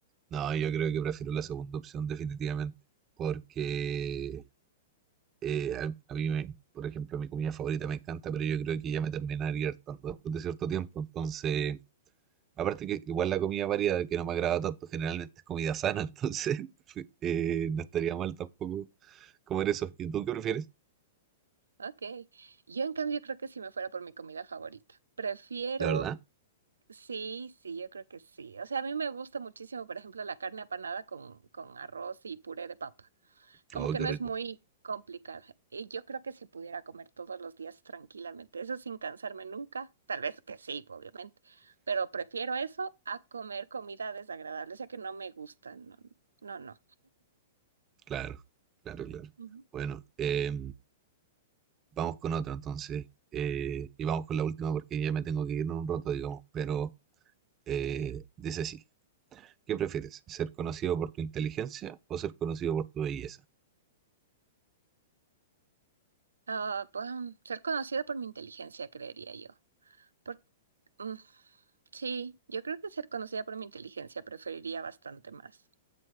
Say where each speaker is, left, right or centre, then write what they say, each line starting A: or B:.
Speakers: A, on the right (about 25°); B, on the right (about 80°).
A: no, yo creo que prefiero la segunda opción definitivamente, porque eh, a, a mí, me- por ejemplo, mi comida favorita me encanta, pero yo creo que ya me terminaría hartando después de cierto tiempo. Entonces, aparte que igual la comida variada que no me agrada tanto generalmente es comida sana, <laughs> entonces <laughs> eh, no estaría mal tampoco comer eso. ¿Y tú qué prefieres?
B: Ok. Yo en cambio creo que si me fuera por mi comida favorita, prefiero
A: ¿De verdad?
B: Sí, sí, yo creo que sí. O sea, a mí me gusta muchísimo, por ejemplo, la carne apanada con, con arroz y puré de papa. Como
A: Oh,
B: que
A: qué
B: no
A: rico.
B: es muy complicada. Y yo creo que si pudiera comer todos los días tranquilamente, eso sin cansarme nunca, tal vez que sí, obviamente, pero prefiero eso a comer comida desagradable, o sea que no me gusta, no, no, no.
A: Claro, claro, claro.
B: Ujú.
A: Bueno, eh, Vamos con otro entonces. eh, y vamos con la última porque ya me tengo que ir en un rato, digamos. Pero eh,
B: Ya.
A: dice así. ¿Qué prefieres? ¿Ser conocido por tu inteligencia o ser conocido por tu belleza?
B: Ah, pues, mm, ser conocida por mi inteligencia, creería yo. Por- mm, sí, yo creo que ser conocida por mi inteligencia preferiría bastante más.